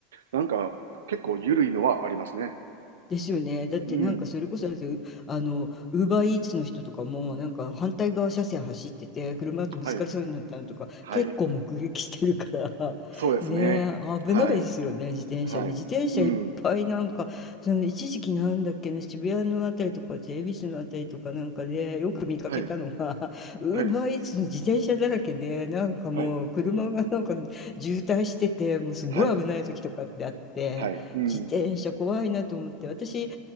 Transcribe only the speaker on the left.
ですよね。だってなんかそれこそ、
だってうあの、ウーバーイーツの人とかも、なんか反対側車線走ってて、車とぶつかりそうになったのとか、
結構目撃してるから <laughs>、
ねえ、
危ないですよね、自転車ね。
自転車いっぱいなんか、
その一時期なんだっけな、渋谷のあたりとか、恵比寿のあたりとかなんかで、よく見かけたのが、
<laughs> ウーバーイーツの自転車だらけで、
なんかもう車がなんか渋滞してて、
もうすごい危ない時とかってあって、
自転車怖いなと思って私